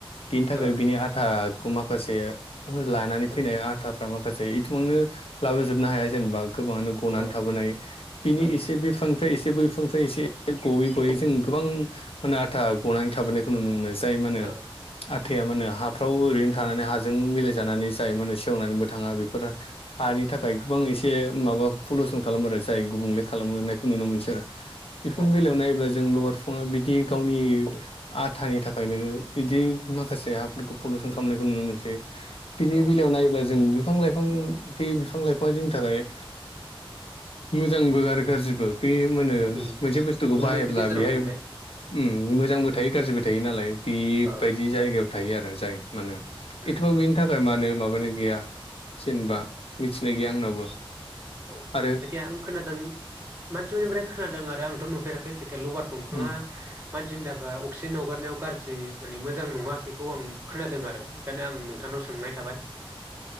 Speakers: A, on the left; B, on the right.
A: बिनि थाखाय
B: ओ
A: बिनि आथा खौ माखासे लानानै फैनाय आथाफ्रा माखासे इथबांनो लाबोजोबनो हाया जेनेबा गोबाङानो गनानै
B: ओ
A: थाबोन हायो बिनि
B: ओ
A: एसे बिफां फ्राय एसे बै बिफांनिफ्राय एसे गयै गयै जों गोबां माने आथा गनानै थाबोनायखौ नुनो मोनो जाय मा होनो
B: ओ
A: थैया मानो हाफ्राव ओरैनो थानानै हाजों मिलायजानानै जायो माने सेवनानैबो थाङा बेफोरो हानि थाखाय गोबां एसे माबा पलिउसन खालामो आरो गुबुंले खालामोनायखौ नुनो मोनसै आरो बेफोरनि
B: ओ अ
A: बेलायाव नायोब्ला जों लबार बिफांङा बि बिदि गावनि आथानि थाखायनो बिदि माखासे हाफोरखौ पलुसन खालामनायखौ नुनो मोनसै बिनि
B: औ
A: बेलायाव नायोब्ला जों बिफां लाइफां बे बिफां लाइफाङा जोंनि थाखाय मोजांबो आरो गाज्रिबो बे मोनो
B: उम
A: मोनसे बुस्थुखौ
B: मोननैबो
A: बाहायोब्ला
B: गेजेराव
A: बेहाय
B: थाहैबाय
A: मोजांबो थायो गाज्रिबो थायो नालाय बेबायदि
B: ओ
A: जायगायाव थायो आरो जाय माने
B: उम
A: एथबां बिनि थाखाय मानो माबानो गैया जेनेबा मिथिनाय गैया आंनावबो
B: औ
A: आरो
B: जायखिया आं खोनादों मानसिफोरनिफ्राय खोनादों आरो आंथ' नुफेराखै जायखिया लबार दंफाङा
A: उम
B: मानसिनि थाखाय अक्सिजेनाव हगारनायाव गाज्रि माने मोजां नङा बेखौ आं खोनादों आरो बेखायनो आं नोंथांनाव सोंनाय थाबाय